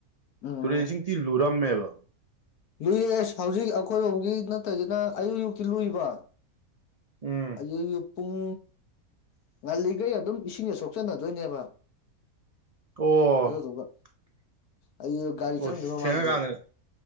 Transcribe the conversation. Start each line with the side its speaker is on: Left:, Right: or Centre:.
Left: ꯎꯝ
Right: ꯇꯔꯦꯟꯁꯤꯡ ꯊꯤꯜ ꯂꯣꯏ ꯔꯝꯃꯦꯂꯣ
Left: ꯂꯨꯏꯌꯦ ꯑꯦꯁ ꯍꯧꯖꯤꯛ ꯑꯩꯈꯣꯏꯔꯣꯝꯒꯤ ꯅ ꯅꯠꯇꯔꯒꯥꯅ ꯑꯌꯨꯛ ꯑꯌꯨꯛꯇꯤ ꯂꯨꯏꯕ
Right: ꯎꯝ
Left: ꯑ ꯎꯨꯡ ꯑꯜꯂꯤꯒꯩ ꯑꯗꯨꯝ ꯏꯁꯤꯡꯁ ꯁꯣꯛꯆꯟꯅꯗꯣꯏꯅꯦꯕ
Right: ꯑꯣ
Left: ꯑꯗꯨꯗꯨꯒ ꯑꯩ ꯒꯥꯔꯤ
Right: ꯑꯣ
Left: ꯆꯪꯗ꯭ꯔꯤ ꯃꯃꯥꯡꯖꯦ
Right: ꯊꯦꯡꯉꯀꯥꯟꯗ